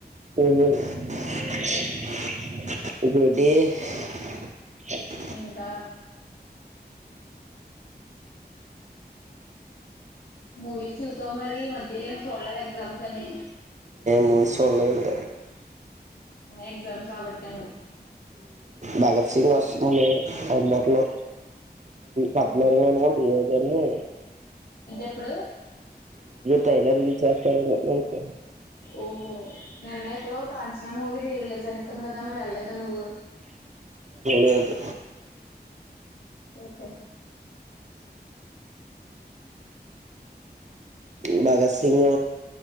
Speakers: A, on the right; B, on the left.
A: హ్మ్మ్ <unintelligible>
B: ఇంకా మూవీస్ చూసావు మరి మధ్యలోం చూడలేదు ఎగ్జామ్స్ అని
A: మూవీస్ చూడలేదా అండి
B: ఎగ్జామ్స్ కాబట్టి తము
A: భగత్ సింగ్ అస్ అమట్లోమ్ పద్నాలుగు అనుకోండి ఇ జర్ము
B: ఇదిెప్పుడు
A: ట్రైలర్ రిలీజ్ చేస్తారని
B: ఓహో నిన్న ఎప్పుడో కచన మూవి రీ రిలీజ్ కదా వెళ్లలేదా నువ్వు
A: లేదు
B: ఒకే
A: బగాస్ సింగ్